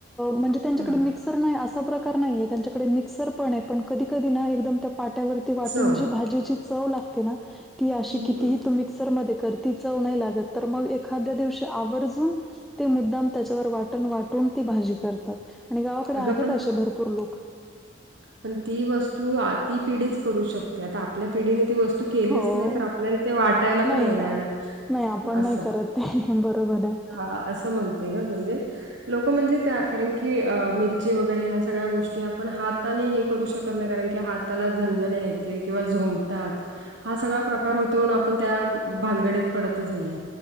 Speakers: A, in the centre; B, on the right.
A: म्हणजे त्यांच्याकडे
B: हां.
A: मिक्स नाही असा प्रकार नाहीय त्यांच्याकडे मिक्सर पण आहे पण कधी कधी ना एकदम पाट्यावरती वाटून
B: चव.
A: जी भाजीची चव लागते ना ती अशी
B: हं.
A: कितीही मिक्सर मध्ये कर ती चव नाही लागतं तर मग एखाद्या दिवशी आवर्जून ते मुद्दाम त्याच्यावर वाटण वाटून ती भाजी करतात आणि गावाकडे
B: अगं
A: आहेत
B: पण
A: असे भरपूर लोक
B: पण ती वस्तू ती पिढीच करू शकते आता आपल्या पिढीने ती वस्तू तू केलीच
A: हो.
B: नाही तर आपल्याला ते वाटायला
A: नाही
B: पण येणार
A: आ,
B: नाही
A: आपण
B: असं
A: नाही करत ते बरोबर आहे.
B: हा असं म्हणते ग म्हणजे लोक म्हणजे त्या कारण की मिरची वगैरे ह्या सगळ्या गोष्टी आपण हाताने हे करू शकत नाही कारण की हाताला झंजण्या येतील किंवा झोमतात हा सगळा प्रकार होतो म्हणून आपण त्या भानगडीत पडतच नाही.